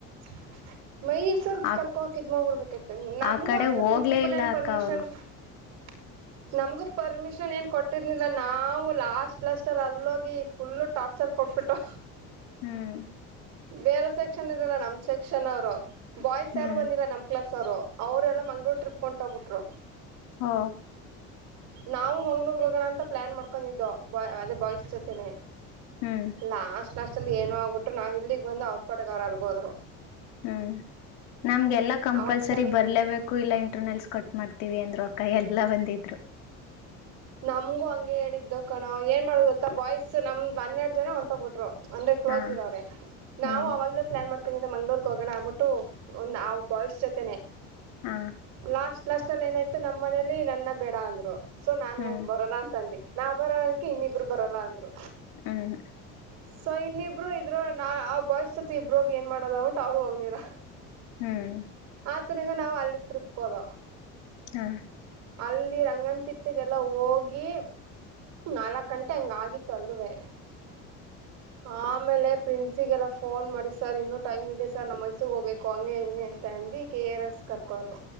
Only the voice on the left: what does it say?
ಆ
ಆ ಕಡೆ
ಹೋಗ್ಲೇ
ಇಲ್ಲ
ಅಕ್ಕ ಅವರು
ಹ್ಮ್
ಹ್ಮ್
ಹಾ
ಹ್ಮ್
ಹ್ಮ್ ನಮ್ಗೆಲ್ಲಾ ಕಂಪಲ್ಸರಿ
ಬರ್ಲೇಬೇಕು ಇಲ್ಲ ಇಂಟರ್ನಲ್ಸ್ ಕಟ್ ಮಾಡ್ತೀವಿ ಅಂದ್ರು ಕೈ ಎಲ್ಲ ಒಂದಿದ್ರು
ಹಾ
ಹ್ಮ್
ಹಾ
ಹ್ಮ್
ಹ್ಮ್.
ಹ್ಮ್.
ಹಾ,